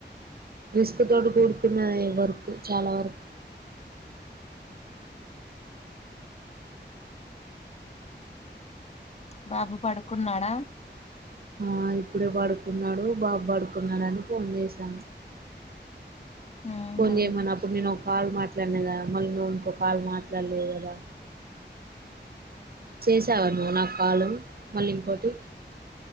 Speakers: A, on the right; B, on the left.
A: రిస్క్ తోటి కూడుకున్న వర్క్ చాలా వరకు
B: బాబు పడుకున్నాడా
A: ఆ ఇప్పుడే పడుకున్నాడు బాబు పడుకున్నాడు అని ఫోన్ చేసా
B: అవునా
A: కొ ఏ మనప్పుడు కాల్ మాట్లాడినా కదా మళ్ళీ నువ్వు ఇంకో కాల్ మాట్లాడలేదు కదా చేసావా నువ్వు నాకు కాలు మళ్ళీ ఇంకోటి